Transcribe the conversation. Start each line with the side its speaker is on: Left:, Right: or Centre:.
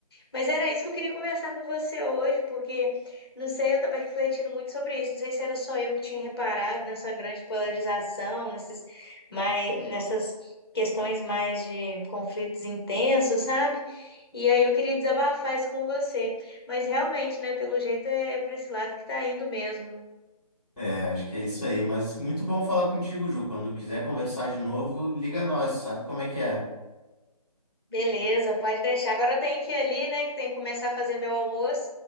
Left: Mas era isso que eu queria conversar com você hoje, porque, não sei, eu estava refletindo muito sobre isso, não sei se era só eu que tinha reparado nessa grande polarização, nesses, mais, nessas questões mais de conflitos intensos, sabe? E aí eu queria desabafar isso com você. Mas realmente, né, pelo jeito é, é para esse lado que tá indo mesmo.
Centre: É, acho que é isso aí. Mas muito bom falar contigo, Ju. Quando quiser conversar de novo, liga nós, sabe como é que é.
Left: Beleza, pode deixar. Agora eu tenho que ir ali, né, que tem que começar a fazer meu almoço.